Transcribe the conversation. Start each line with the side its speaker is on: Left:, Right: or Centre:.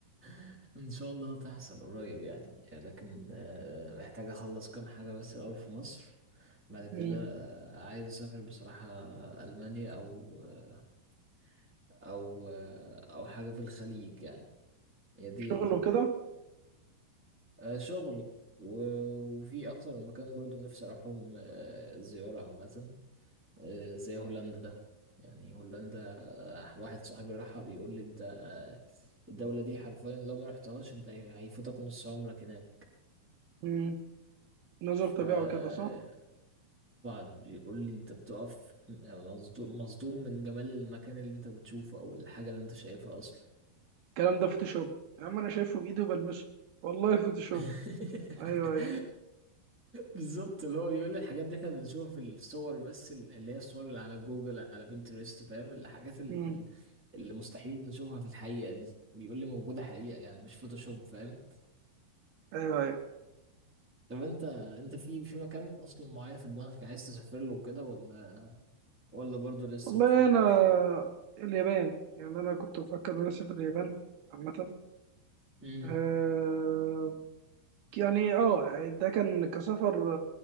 Centre: <laughs> ان شاء الله هتحصل قريب يعني لكن آه، محتاج اخلص كام حاجة بس الاول في مصر بعد كده
Right: مم.
Centre: آه، عايز اسافر بصراحة المانيا او آه، او او حاجه في الخليج يعني يا دي
Right: شغل
Centre: يا دي
Right: وكده
Centre: آه، شغل و- وفي اكتر من مكان برضو نفسي اروحهم آه، زياره عامه آه، زي هولندا يعني هولندا واحد صاحبي راحها بيقول لي انت آه، الدوله دي حرفيا لو ما رحتهاش انت هي- هيفوتك نص عمرك هناك
Right: مم. نظر
Centre: فطبعا
Right: طبيعة وكده صح؟
Centre: بيقول لي انت بتقف مصدوم مصدوم من جمال المكان اللي انت بتشوفه او الحاجه اللي انت شايفها اصلا
Right: الكلام ده فوتوشوب يا عم انا شايفه بايدي وبلمسه والله فوتوشوب
Centre: <laughs>
Right: ايوه ايوه
Centre: بالظبط اللي هو بيقول لي الحاجات دي احنا بنشوفها في الصور بس ال- اللي هي الصور اللي على جوجل على بنترست فاهم الحاجات ال-
Right: مم.
Centre: ال- اللي مستحيل نشوفها في الحقيقة دي بيقول لي موجودة حقيقة يعني مش فوتوشوب فاهم
Right: ايوه ايوه
Centre: طب انت انت في في مكان اصلا معين في دماغك عايز تسافر له كده ولا ولا برضه لسه
Right: والله
Centre: بتفكر
Right: انا اليابان يعني انا كنت بفكر ان انا اسافر اليابان عامة
Centre: امم
Right: أه يعني اه ده كان كسفر